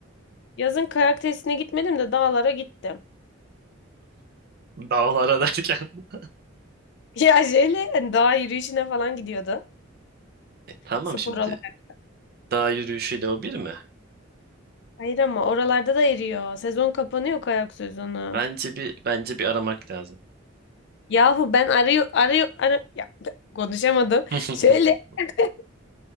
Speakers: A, on the left; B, on the right.
A: Yazın kayak tesisine gitmedim de dağlara gittim. <laughs>
B: Dağlara derken. <laughs>
A: Ya şeyle hani dağ yürüyüşüne falan gidiyordu.
B: E, tamam
A: Spor
B: şimdi
A: olarak.
B: dağ yürüyüşüyle o bir mi?
A: Hayır ama oralarda da eriyor. Sezon kapanıyor kayak sezonu.
B: Bence bir bence bir aramak lazım.
A: Yahu ben arıyor arıyor arı ya konuşamadım.
B: <laughs>
A: Şöyle <laughs>